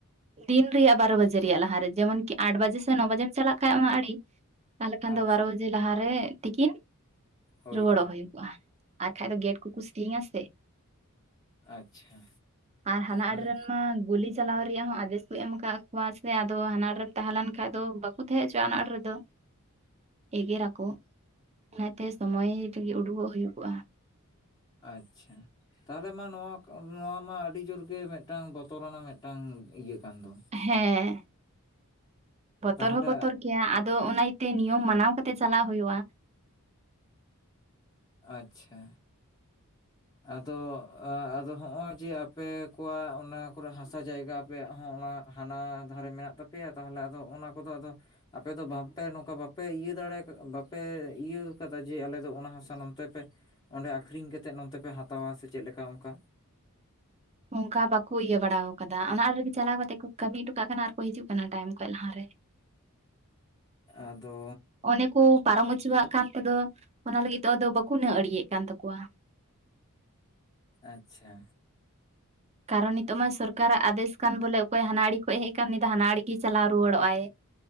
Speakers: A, on the right; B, on the left.
A: ᱫᱤᱱ ᱨᱮᱭᱟᱜ ᱵᱟᱨᱚ ᱵᱟᱡᱮ ᱨᱮᱭᱟᱜ ᱞᱟᱦᱟᱨᱮ ᱡᱮᱢᱚᱱ ᱠᱤ ᱟᱴ ᱵᱟᱡᱮ ᱥᱮ ᱱᱚ ᱵᱟᱡᱮᱢ ᱪᱟᱞᱟᱜ ᱠᱷᱟᱱ ᱚᱱᱟ ᱟᱲᱰᱤ ᱛᱟᱦᱚᱞᱮ ᱠᱷᱟᱱ
B: ᱟᱪᱪᱷᱟ
A: ᱫᱚ ᱵᱟᱨᱚ ᱵᱟᱡᱮ ᱞᱟᱦᱟᱨᱮ ᱛᱤᱠᱤᱱ
B: ᱦᱳᱭ
A: ᱨᱩᱣᱟᱹᱲᱚᱜ
B: ᱦᱳᱭ
A: ᱦᱩᱭᱩᱜ ᱟ ᱟᱨᱠᱷᱟᱡ ᱫᱚ ᱜᱮᱴ ᱠᱚᱠᱚ ᱥᱤᱧ ᱟᱥᱮ
B: ᱟᱪᱪᱷᱟ
A: ᱟᱨ ᱦᱟᱱᱟ
B: ᱢᱟᱱᱮ
A: ᱟᱹᱲᱮ ᱨᱮᱢᱟ ᱜᱩᱞᱤ ᱪᱟᱞᱟᱣ ᱨᱮᱭᱟᱜ ᱦᱚᱸ ᱟᱫᱮᱥ ᱠᱚ ᱮᱢ ᱟᱠᱟᱫ ᱠᱚᱣᱟ ᱥᱮ ᱟᱫᱚ ᱦᱟᱱᱟ ᱟᱲᱮᱨᱮᱫᱚ ᱛᱟᱦᱮᱸ ᱞᱮᱱ ᱠᱷᱟᱱᱡ ᱫᱚ ᱵᱟᱠᱚ ᱛᱟᱦᱮᱸ ᱦᱚᱪᱚ-ᱟ ᱦᱟᱱᱟ ᱨᱮᱫᱚ ᱮᱜᱮᱨ ᱟᱠᱚ, ᱚᱱᱟᱛᱮ ᱥᱚᱢᱚᱭ ᱨᱮᱜᱮ ᱩᱰᱩᱠᱚᱜ ᱦᱩᱭᱩᱜᱚᱜ-ᱟ᱾
B: ᱟᱪᱷᱟ ᱛᱟᱦᱚᱞᱮ ᱢᱟ ᱱᱚᱣᱟ, ᱱᱚᱣᱟ ᱢᱟ ᱟᱹᱰᱤ ᱡᱳᱨ ᱜᱮ ᱢᱤᱫᱴᱟᱝ ᱵᱚᱛᱚᱨᱟᱱᱟᱜ ᱢᱤᱫᱴᱟᱝ ᱤᱭᱟᱹ ᱠᱟᱱ ᱫᱚ?
A: ᱦᱮᱸ ᱵᱚᱛᱚᱨ
B: ᱛᱟᱦᱚᱞᱮ
A: ᱦᱚᱸ ᱵᱚᱛᱚᱨ ᱜᱤᱭᱟ ᱟᱫᱚ ᱚᱱᱟ ᱤᱭᱟᱹᱛᱮ ᱱᱤᱭᱚᱢ ᱢᱟᱱᱟᱣ ᱠᱟᱛᱮ ᱪᱟᱞᱟᱳ ᱦᱩᱭᱩᱜ-ᱟ᱾
B: ᱟᱪᱷᱟ ᱟᱫᱚ ᱟᱫᱚ ᱦᱚᱸᱜ-ᱚᱭ ᱡᱮ ᱟᱯᱮ ᱠᱚᱣᱟᱜ ᱚᱱᱟ ᱠᱚᱨᱮ ᱦᱟᱥᱟ ᱡᱟᱭᱜᱟ ᱟᱯᱮᱭᱟᱜ ᱦᱚᱸ ᱚᱱᱟ ᱦᱟᱱᱟ ᱫᱷᱟᱨᱮ ᱢᱮᱱᱟᱜ ᱛᱟᱯᱮᱭᱟ ᱛᱟᱦᱚᱞᱮ ᱟᱫᱚ ᱚᱱᱟ ᱠᱚᱫᱚ ᱟᱫᱚ? ᱟᱯᱮ ᱫᱚ ᱵᱟᱝᱯᱮ ᱱᱚᱝᱠᱟ ᱵᱟᱯᱮ ᱤᱭᱟᱹ ᱫᱟᱲᱮ ᱵᱟᱯᱮ ᱤᱭᱟᱹ ᱠᱟᱫᱟ ᱡᱮ ᱟᱞᱮ ᱫᱚ ᱚᱱᱟ ᱦᱟᱥᱟ ᱱᱚᱱᱛᱮ ᱯᱮ ᱚᱸᱰᱮ ᱟᱠᱷᱨᱤᱧ ᱠᱟᱛᱮᱫ ᱱᱚᱱᱛᱮ ᱯᱮ ᱦᱟᱛᱟᱣᱟ ᱥᱮ ᱪᱮᱫᱞᱮᱠᱟ ᱚᱱᱠᱟ?
A: ᱚᱱᱠᱟ ᱵᱟᱠᱚ ᱤᱭᱟᱹ ᱵᱟᱲᱟ ᱟᱠᱟᱫᱟ ᱚᱱᱟ ᱟᱲ ᱨᱮᱜᱮ ᱪᱟᱞᱟᱣ ᱠᱟᱛᱮᱜ ᱠᱚ ᱠᱟᱹᱢᱤ ᱦᱚᱴᱚ ᱠᱟᱜ ᱠᱟᱱᱟ ᱟᱨᱠᱚ ᱦᱤᱡᱩᱜ ᱠᱟᱱᱟ ᱴᱟᱭᱤᱢ ᱠᱷᱚᱡ ᱞᱟᱦᱟᱨᱮ᱾
B: ᱟᱫᱚ
A: ᱚᱱᱮᱠᱩ ᱯᱟᱨᱚᱢ ᱦᱚᱪᱚᱣᱟᱜ ᱠᱟᱱ ᱛᱮᱫᱚ ᱚᱱᱟ ᱞᱟᱹᱜᱤᱫ ᱛᱮ ᱟᱫᱚ ᱵᱟᱠᱚ ᱱᱟᱹ ᱟᱲᱤᱭᱮᱫ <unintelligible> ᱠᱟᱱ ᱛᱟᱠᱚᱣᱟ᱾
B: ᱟᱪᱪᱷᱟ,
A: ᱠᱟᱨᱚᱱ ᱱᱤᱛᱚᱜ ᱢᱟ ᱥᱚᱨᱠᱟᱨᱟᱜ ᱟᱫᱮᱥ ᱠᱟᱱ ᱵᱚᱞᱮ ᱚᱠᱚᱭ ᱦᱟᱱᱟᱲᱤ ᱠᱷᱚᱱ ᱦᱮᱡ ᱟᱠᱟᱱ ᱩᱱᱤ ᱦᱟᱱᱟᱲ ᱜᱮ ᱪᱟᱞᱟᱣ ᱨᱩᱣᱟᱹᱲᱚᱜᱼ ᱟᱭ᱾